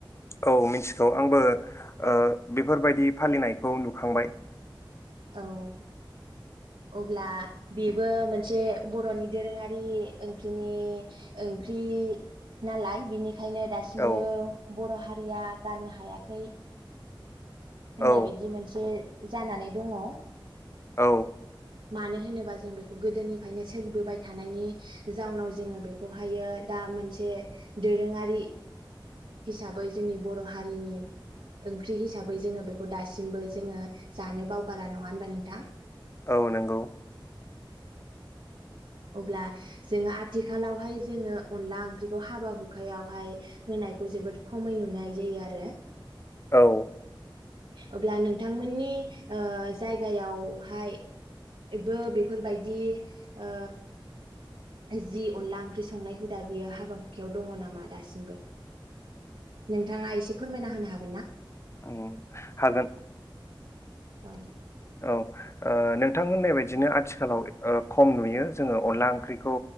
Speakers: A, on the left; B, on the right.
A: औ मिथिगौ आंबो ओ बेफोरबायदि फालिनायखौ नुखांबाय
B: औ अब्ला बेबो मोनसे बर'नि दोरोङारि ओंख्रिनि ओंख्रि नालाय बिनि खायनो दासिमबो
A: औ
B: बर' हारि या गारनो हायाखै होननाय
A: औ
B: बायदि मोनसे जानानै दङ।
A: औ
B: मानो होनोबा जों बेखौ गोदोनिफ्रायनो सोलिबोबाय थानायनि जाउनाव जोङो बेखौहायो दा मोनसे दोरोङारि हिसाबै जोंनि बर' हारिनि ओं ओंख्रि हिसाबै जोङो बेखौ दासिमबो जोङो जानो बावगारा नङा होनबा नोंथां
A: औ नंगौ
B: अब्ला जोङो आथिखालावहाय जोङो अनला ओंख्रिखौ हाबा हुखायावहाय होनायखौ जोबोद खमै नुनाय जायो आरो
A: औ
B: अब्ला नोंथांमोननि ओ जायगायावहायबो बेफोरबाय दि ओ जि अनला ओंख्रि संनाय हुदा बियो हाबा हुखायाव दङ नामा दासिमबो? नोंथाङा एसे फोरमायना होनो हा गोन ना
A: ओम हागोन
B: औ
A: औ ओ नोंथां होननाय बायदिनो आथिखालाव ओ खम नुयो जोङो अनला ओंख्रिखौ